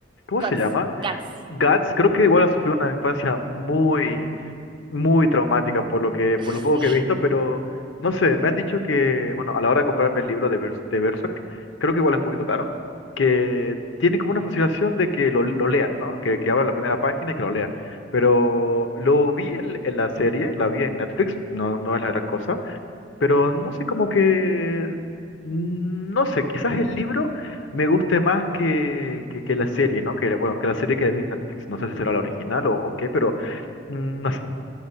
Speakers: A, on the left (about 80°); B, on the right (about 25°).
A: ¿cómo
B: Guts,
A: se llama?
B: Guts.
A: Guts, creo que igual ha sufrido una infancia muy muy traumática por lo que,
B: <laughs>
A: por lo poco que he
B: Sí.
A: visto, pero no sé, me han dicho que, bueno, a la hora de comprarme el libro de, Bers- de Berserk, creo que igual es un poquito caro, que tiene como una fascinación de que lo, lo lea, ¿no? Que, que abra la primera página y que lo lea. Pero lo vi en, en la serie, la vi en Netflix, no, no es la gran cosa, pero no sé, como que, mm, no sé, quizás el libro me guste más que, que, que la serie, ¿no? Que, bueno, que la serie que vi en Netflix, no sé si será la original o, o qué, pero... Mm, No sé,